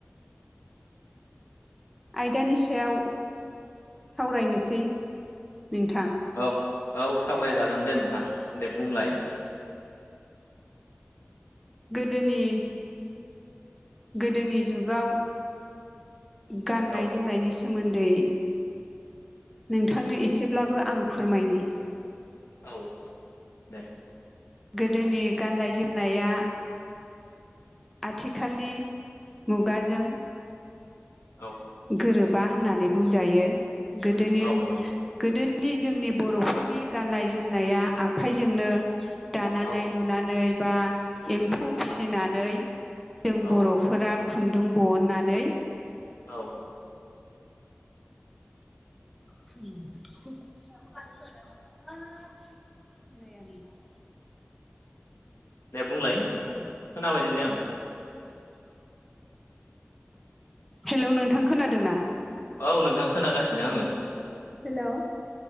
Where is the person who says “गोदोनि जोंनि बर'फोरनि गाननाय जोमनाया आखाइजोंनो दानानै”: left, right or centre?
Centre